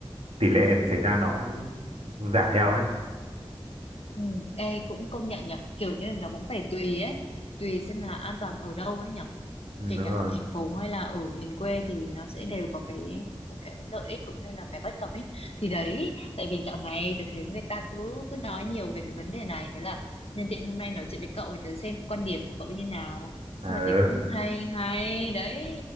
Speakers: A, on the right; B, on the left.
A: tỷ lệ xảy ra nó cũng giảm theo ấy
B: ừ ê cũng công nhận nhở kiểu như nó cũng phải tùy ấy tùy xem là an toàn ở đâu ấy nhở
A: ừ,
B: kể
A: đúng
B: cả
A: rồi
B: ở thành phố hay là ở miền quê thì nó sẽ đều có cái cái, cái lợi ích cũng như là cái bất cập ấy thì đấy tại vì dạo này tôi thấy người ta cứ cứ nói nhiều về cái vấn đề này thế là nhân tiện hôm nay nói chuyện với cậu thì tớ xem quan điểm của cậu như nào
A: à,
B: xong rồi thấy cũng
A: ừ.
B: hay hay đấy